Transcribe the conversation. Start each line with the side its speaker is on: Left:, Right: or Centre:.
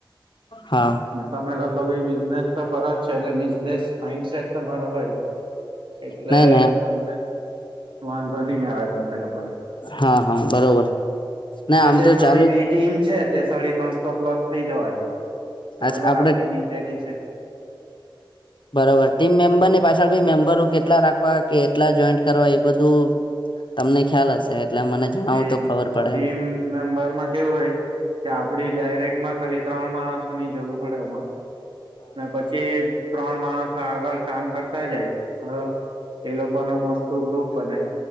Left: હા
Right: તમે લોકો ભી બિઝનેસ તો કરો જ છે એટલે બિઝનેસ માઈન્ડસેટ હોય એટલે
Left: નઈ નઈ
Right: તમને વાંધો નહી આવે તમને લોકોને
Left: હા હા બરોબર ના આમ
Right: જે
Left: તો
Right: મારી
Left: ચાલુ
Right: બેી ટીમ છે તે સાડી ત્રણસો પ્લસ થઈ જવાની બરાબર
Left: જ આપડે
Right: આપડી નીચેની છે
Left: બરોબર ટીમ મેમ્બર ને પાછળ બી મેમ્બરો કેટલા રાખવા કે એટલા જોઈન્ટ કરવા એ બધું તમને ખ્યાલ હશે એટલે મને જણાવો
Right: તે
Left: તો ખબર
Right: ટીમ
Left: પડે એમ
Right: મેમ્બરમાં કેવું હોય કે આપડી ડાયરેક્ટમાં ખાલી ત્રણ માણસ ની જરૂર પડે એમાં પછી ત્રણ માણસ આગળ કામ કરતા જાય હ એ લોકો ન મોટું ગ્રુપ બને